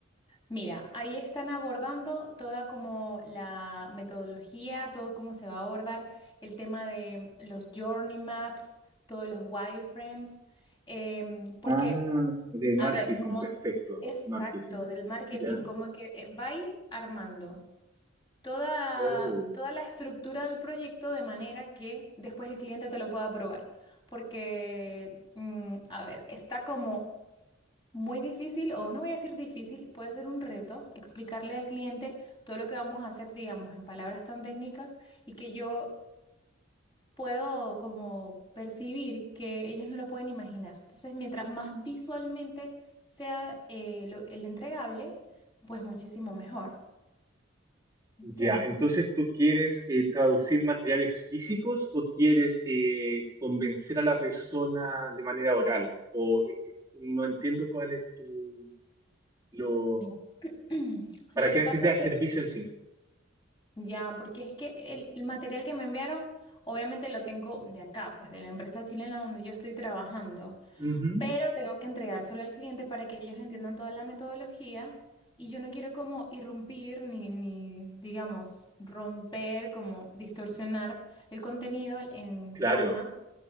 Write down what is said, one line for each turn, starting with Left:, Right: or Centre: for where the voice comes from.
Left: Mira, ahí están abordando toda como la metodología, todo cómo se va a abordar el tema de los journey maps, todos los wireframes, em, porque,
Right: Ah, de
Left: a
Right: marketing,
Left: ver, como
Right: perfecto.
Left: exacto
Right: Marketing.
Left: del marketing,
Right: Ya.
Left: como que eh, va ahí armando toda,
Right: Oh.
Left: toda la estructura del proyecto de manera que después el cliente te lo pueda probar. Porque, mm, a ver, está como muy difícil, o no voy a decir difícil, puede ser un reto explicarle al cliente todo lo que vamos a hacer, digamos, en palabras tan técnicas y que yo puedo como percibir que ellos no lo pueden imaginar. Entonces, mientras más visualmente sea eh, lo- el entregable, pues muchísimo mejor, ¿entiendes?
Right: Ya, entonces tú quieres eh, traducir materiales físicos o quieres eh, convencer a la persona de manera oral? O eh, no entiendo cuál es tu lo.
Left: Mira. <clears throat>
Right: ¿Para
Left: Lo que
Right: qué necesitas
Left: pasa es que
Right: el servicio en sí?
Left: ya, porque es que el, el material que me enviaron, obviamente lo tengo de acá, pues de la empresa chilena donde yo estoy trabajando.
Right: Ujú,
Left: pero tengo que entregárselo al cliente para que ellos entiendan toda la metodología y yo no quiero como irrumpir ni, ni digamos, romper, como distorsionar el contenido en
Right: Claro,
Left: forma,